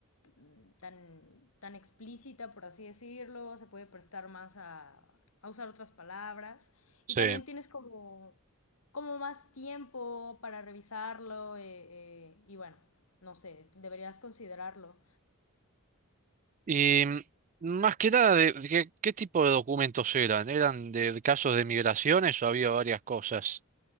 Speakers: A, on the left; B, on the right.
A: mm, tan, tan explícita, por así decirlo, se puede prestar más a, a usar otras palabras.
B: sí.
A: Y también tienes como, como más tiempo para revisarlo eh, eh, y bueno, no sé, deberías considerarlo.
B: Y mm, más que nada, de, de qué, qué tipo de documentos eran? ¿Eran de de casos de migraciones o había varias cosas?